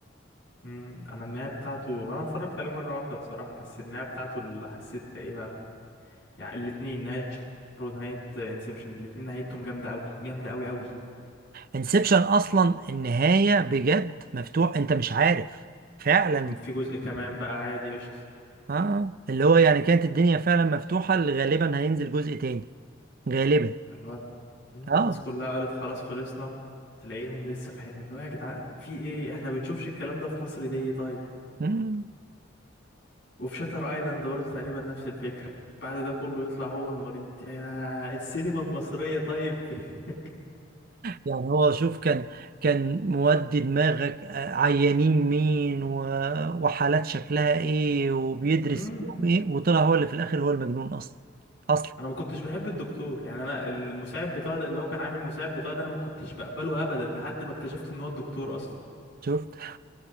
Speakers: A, on the left; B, on the right.
A: امم انا النهايه بتاعته هو انا اتفرجت عليه مره واحده بصراحه بس النهايه بتاعته اللي حسيت ايه بقى يعني الاتنين نهايه شاتر ونهايه انسبشن الاتنين نهايتهم جامده قوي جامده قوي قوي
B: انسبشن اصلا النهايه بجد مفتوح انت مش عارف فعلا
A: أم في جزء كمان بقى عادي قشطه
B: اه اللي هو يعني كانت الدنيا فعلا مفتوحه اللي غالبا هينزل جزء تاني غالبا
A: اللي هو مم،
B: اه
A: الناس كلها قالت خلاص خلصنا تلاقيهم لسه في حلم اللي هو يا جدعان في ايه احنا بنشوفش الكلام ده في مصر ليه طيب؟
B: مم.
A: وفي شاتر ايلاند برضه تقريبا نفس الفكرة بعد ده كله يطلع هو المريض يا السينما المصرية طيب <laughs>
B: يعني هو شوف كان كان مودي دماغك آه، عيانين مين و... وحالات شكلها ايه وبيدرس
A: امم
B: فيهم ايه وطلع هو اللي في الاخر هو المجنون اصلا اصلا
A: انا ما كنتش بحب الدكتور يعني انا المساعد بتاعه ده اللي هو كان عامل المساعد بتاعه ده انا ما كنتش بقبله ابدا لحد ما اكتشفت ان هو الدكتور اصلا
B: شفت